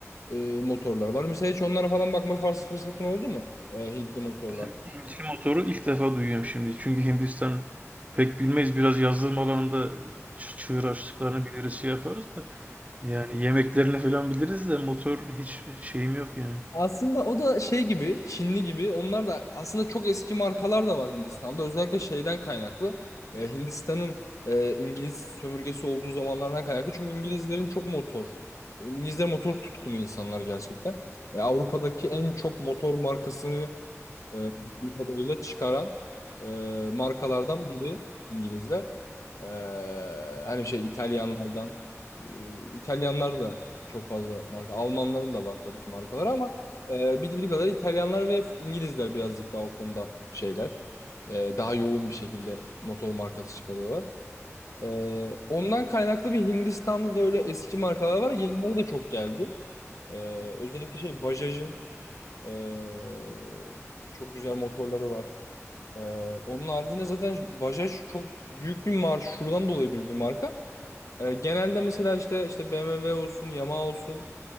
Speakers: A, on the left; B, on the right.
A: e, motorlar var. Mesela hiç onlara falan bakma fırs- fırsatın oldu mu? Ee, Hintli motorlar.
B: Ben Hintli motoru ilk defa duyuyorum şimdi. Çünkü Hindistan pek bilmeyiz. Biraz yazılım alanında ç- çığır açtıklarını biliriz şey yaparız da. Yani yemeklerini falan biliriz de motor hiç şeyim yok yani.
A: Aslında o da şey gibi, Çinli gibi. Onlar da aslında çok eski markalar da var Hindistan'da. Özellikle şeyden kaynaklı. E, Hindistan'ın e, İngiliz sömürgesi olduğu zamanlardan kaynaklı. Çünkü İngilizlerin çok motor. İngilizler motor tutkunu insanlar gerçekten. E, Avrupa'daki en çok motor markasını e, bildiğim kadarıyla çıkaran e, markalardan biri İngilizler. E, hani şey İtalyanlardan e, İtalyanlar da çok fazla marka. Almanların da var tabii ki markaları ama e, bildiğim kadar İtalyanlar ve İngilizler birazcık daha o konuda şeyler. E, daha yoğun bir şekilde motor markası çıkarıyorlar. E, ondan kaynaklı bir Hindistan'da da öyle eski markalar var. Yenileri de çok geldi. E, özellikle şey Bajaj'ın e, çok güzel motorları var. Ee, onun haricinde zaten şu- Bajaj çok büyük bir marka. Şuradan dolayı büyük bir marka. Ee, genelde mesela işte işte BMW olsun, Yamaha olsun,